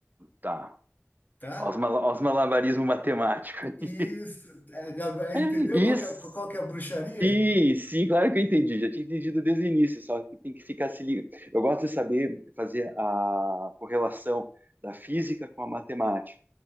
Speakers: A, on the right; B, on the left.
A: Tá.
B: tá?
A: Olha os mala- olha os malabarismo matemático aí.
B: Isso, é, agora
A: <laughs>
B: entendeu
A: Isso.
B: qual que é, qual que é a bruxaria?
A: Sim, sim, claro que eu entendi. Já tinha entendido desde o início, só que tem que ficar se ligando. Eu gosto de saber fazer a correlação da física com a matemática.